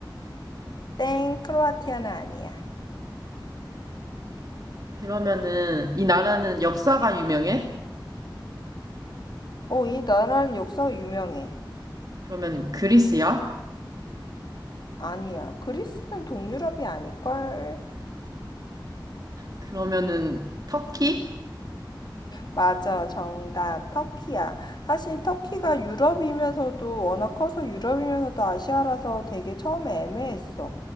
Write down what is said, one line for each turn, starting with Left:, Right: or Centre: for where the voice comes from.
Left: 땡, 크로아티아는 아니야.
Right: 그러면은 이 나라는 역사가 유명해?
Left: 어, 이 나라는 역사가 유명해.
Right: 그러면 그리스야?
Left: 아니야. 그리스는 동유럽이 아닐걸?
Right: 그러면은 터키?
Left: 맞아. 정답. 터키야. 사실 터키가 유럽이면서도 워낙 커서 유럽이면서도 아시아라서 되게 처음에 애매했어.